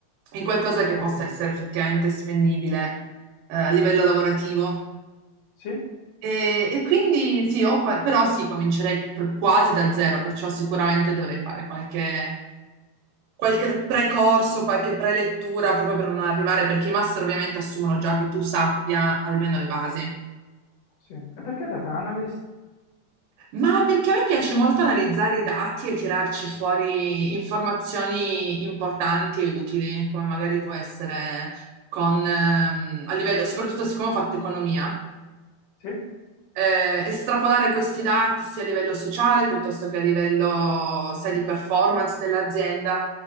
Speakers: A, on the right; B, on the left.
A: in qualcosa che
B: Ok.
A: possa essere effettivamente spendibile eh, a livello lavorativo.
B: Sì?
A: E, e quindi sì, ho qua- però sì, comincerei per- quasi da zero, perciò sicuramente dovrei fare qualche, qualche precorso, qualche prelettura proprio per non arrivare, perché i master ovviamente assumono già che tu sappia almeno le basi.
B: Sì. E perché data analyst?
A: Ma perché a me piace molto analizzare i dati e tirarci fuori informazioni importanti e utili, come magari può essere con, ehm, a livello, soprattutto siccome ho fatto economia,
B: Sì?
A: eh, estrapolare questi dati sia a livello sociale piuttosto che a livello, sai, di performance dell'azienda.